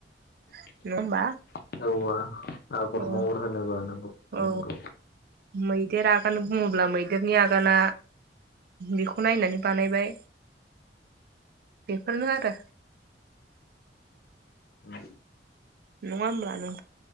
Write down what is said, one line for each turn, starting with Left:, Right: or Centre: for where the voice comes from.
Left: <inaudible>
Right: नङा होमबा
Left: औआ आगर
Right: औ
Left: महर होनो बानांगौ थांनांगौ
Right: औ मैदेर आगान बुङोब्ला मैदेरनि आ गाना बेखौ नायनानै बानायबाय बेफोरनो आरो
Left: ओम
Right: नङा होनब्ला?